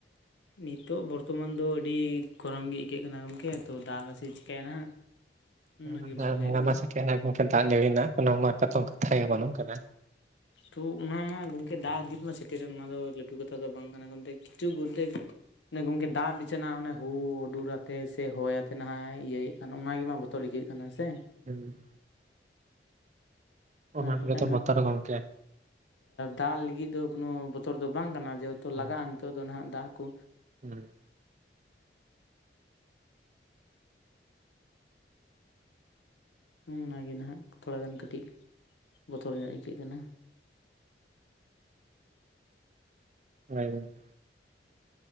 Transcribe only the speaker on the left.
ᱱᱤᱛᱚᱜ ᱵᱚᱨᱛᱚᱢᱟᱱ ᱫᱚ ᱟᱹᱰᱤ ᱜᱚᱨᱚᱢ ᱜᱮ ᱟᱹᱭᱠᱟᱹᱜ ᱠᱟᱱᱟ ᱜᱚᱢᱠᱮ ᱛᱚ ᱫᱟᱜᱟᱥᱮ ᱪᱤᱠᱟᱭᱟᱭ ᱱᱟᱦᱟᱜ
ᱚᱱᱟᱜᱮ ᱵᱟᱝ
ᱞᱟᱹᱭᱟᱹᱜ ᱠᱟᱱᱟ
ᱛᱚ ᱚᱱᱟ ᱢᱟ ᱜᱚᱝᱠᱮ ᱫᱟᱜ ᱫᱤᱠ ᱢᱟ ᱥᱮᱴᱮᱨᱨᱮᱱ ᱚᱱᱟ ᱫᱚ ᱞᱟᱹᱴᱩ ᱠᱟᱛᱷᱟ ᱫᱚ ᱵᱟᱝ ᱠᱟᱱᱟ <unintelligible> ᱠᱤᱪᱷᱩ ᱜᱚᱫᱽᱫᱷᱮᱠ ᱚᱱᱮ ᱜᱚᱝᱠᱮ ᱫᱟᱜ ᱵᱤᱪᱷᱱᱟ ᱚᱱᱮ ᱦᱩᱼᱦᱩᱰᱩᱨ ᱟᱛᱮ ᱥᱮ ᱦᱚᱭ ᱟᱛᱮ ᱱᱟᱦᱟᱜ ᱤᱭᱟᱹᱭᱮᱫ ᱠᱟᱱ ᱚᱱᱟᱜᱮ ᱢᱟ ᱵᱚᱛᱚᱨ ᱛᱚᱲ ᱟᱭᱠᱟᱹᱜ ᱠᱟᱱᱟ ᱥᱮ
ᱟᱨ
ᱵᱟᱠᱷᱟᱱ
ᱦᱟᱸᱜ
ᱫᱟᱜ ᱞᱟᱹᱜᱤᱫ ᱫᱚ ᱠᱟᱱᱚ ᱵᱚᱛᱚᱨ ᱫᱚ ᱵᱟᱝ ᱠᱟᱱᱟ ᱡᱮ ᱛᱚ
ᱞᱟᱜᱟᱜ-ᱟ ᱱᱤᱛᱚᱜ ᱫᱚ ᱱᱟᱦᱟᱜ ᱫᱟᱜ ᱠᱚ
ᱚᱱᱟ ᱜᱮ ᱱᱟᱦᱟᱜ ᱛᱷᱚᱲᱟ ᱜᱟᱱ ᱠᱟᱹᱴᱤᱡ ᱵᱚᱛᱚᱨ ᱧᱚᱜ ᱟᱹᱭᱠᱟᱹᱜ ᱠᱟᱱᱟ